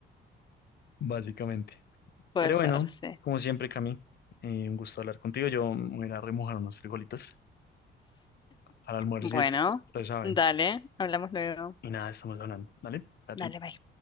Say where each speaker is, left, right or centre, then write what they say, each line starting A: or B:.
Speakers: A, on the left (about 55°); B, on the left (about 25°).
A: <laughs> básicamente.
B: puede
A: Pero
B: ser,
A: bueno,
B: sí.
A: como siempre, Cami, eh, un gusto hablar contigo. Yo me voy a ir a remojar unos frijolitos al almuerzo,
B: Bueno,
A: ya saben.
B: dale, hablamos luego.
A: Y nada, estamos hablando, ¿vale? Cuídate.
B: Dale, bye.